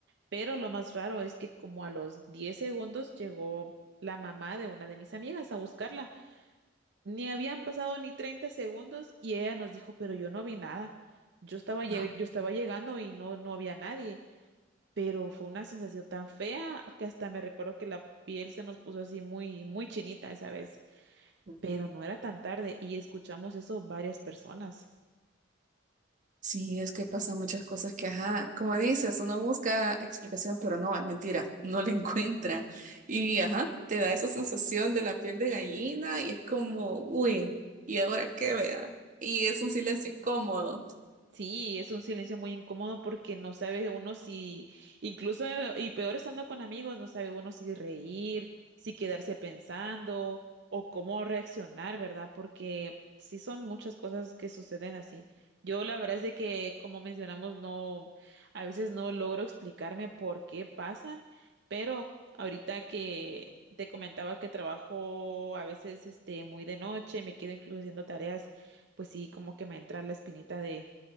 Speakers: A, on the right; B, on the right.
A: Pero lo más raro es que como a los 10 segundos llegó la mamá de una de mis amigas a buscarla. Ni habían pasado ni 30 segundos y ella nos dijo, pero yo no vi nada. Yo estaba, lleg-
B: no.
A: yo estaba llegando y no, no había nadie, pero fue una sensación tan fea que hasta me recuerdo que la piel se nos puso así muy, muy chinita esa vez,
B: no,
A: pero no era tan tarde y escuchamos eso varias personas.
B: Sí, es que pasan muchas cosas que, ajá, como dices, uno busca explicación, pero no, es mentira, <laughs> no la encuentra. Y, ajá, te da esa sensación de la piel de gallina y es como, uy, ¿y ahora qué vea? Y es un silencio incómodo.
A: Sí, es un silencio muy incómodo porque no sabe uno si, incluso, y peor estando con amigos, no sabe uno si reír, si quedarse pensando o cómo reaccionar, ¿verdad? Porque sí son muchas cosas que suceden así. Yo la verdad es de que, como mencionamos, no, a veces no logro explicarme por qué pasan, pero ahorita que te comentaba que trabajo a veces este muy de noche, me quedo incluso haciendo tareas, pues sí, como que me entra la espinita de